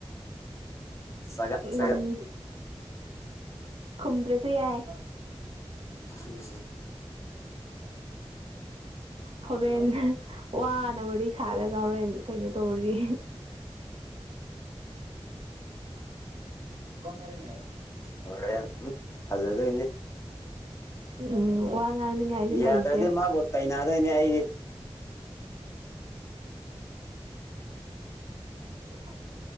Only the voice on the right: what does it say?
ꯃꯝ
ꯈꯨꯝꯗ꯭ꯔꯁꯨ ꯌꯥꯏ
ꯍꯣꯔꯟ ꯋꯥꯅ ꯋꯥꯔꯤ ꯁꯥꯠꯂꯒ ꯍꯣꯔꯦꯟ ꯀꯩꯅꯣ ꯇꯧꯔꯨꯗꯤ ꯔꯃꯦ
ꯎꯝ ꯋꯥ ꯉꯥꯡꯅꯤꯡꯉꯥꯏꯁꯨ
ꯂꯩꯇ꯭ꯔꯦ
<unintelligible>